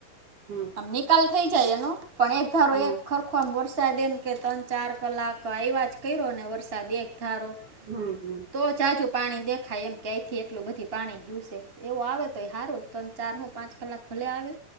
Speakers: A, on the right; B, on the right.
A: હમ
B: આમ નિકાલ થઈ જાય એનો પણ એક ધારો
A: હા
B: એક હરખો વર્ષ વરસાદ એમ કે ત્રણ ચાર કલાક આવ્યા જ કર્યો ને વરસાદ એક ધારો
A: હમ્મ હમ્મ
B: તો જાજુ પાણી દેખાય એમ કેયથી એટલું બધી પાણી ગયુસે એવુ આવે તોય સારુ તો તણ ચાર હુ પાંચ કલાક ભલે આવે